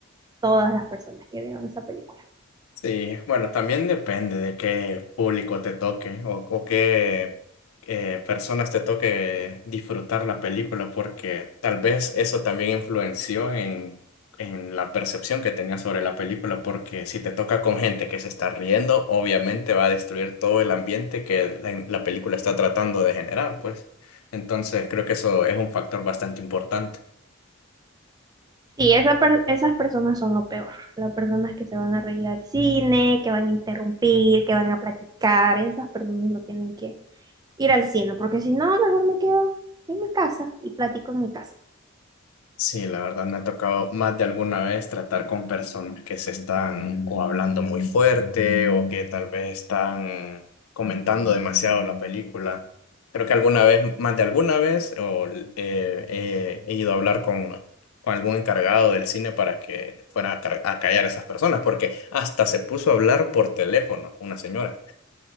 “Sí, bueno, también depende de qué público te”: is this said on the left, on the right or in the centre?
Left